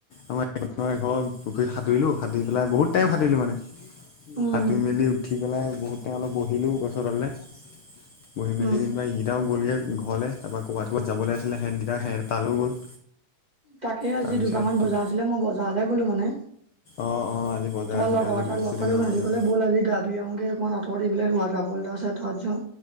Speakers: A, on the left; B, on the right.
A: আমাৰ
B: <inaudible>
A: ঘৰৰ পুখুৰীত সাঁতুৰিলো সাঁতুৰি পেলাই বহুত টাইম সাটতিলো মানে
B: উম
A: সাঁতুৰি মেলি উঠি পেলাই বহুতে অলপ বহিলোঁ গছৰ তাললে বহি মেলি
B: উম
A: যেনিবা এইকেইটাও গ'লগৈ। ঘৰলে তাৰপা ক'ৰবাত ক'ৰবাত যাবলৈ আছিলে সেহতকেইটটা সহ তালো গ'ল
B: তাকে আজি
A: তাৰপিছত
B: দোকানত বজাৰ আছিলে মই বজাৰলে গ'লো মানে
A: অঁ অঁ আজি বজাৰ
B: তোমাৰ
A: আছিলে
B: লগৰ
A: আজি
B: এটা
A: বৃহস্পতিবাৰ
B: লগ পালে
A: বজাৰ
B: ভি কলে ব'ল আজি গা ধু আহোগে অমাৰ আঁতৰি পেলাই ৱাটাৰলটা আছে তাত যাওঁ